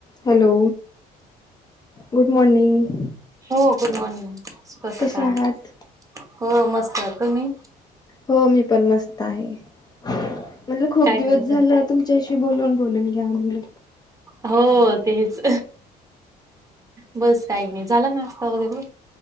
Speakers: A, on the left (about 25°); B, on the right (about 20°).
A: Hello, good morning.
B: हो good morning, शुभ
A: कसे
B: सकाळ,
A: आहात
B: हो मस्त. तुम्ही?
A: हो मी पण मस्त आहे. म्हणलं खूप
B: काय
A: दिवस
B: करत
A: झाल तुम्ही च्याशी बोलून बोलून घ्याव म्हनलं.
B: हो तेच, बस काही नाही. झाला नाशता वगैरे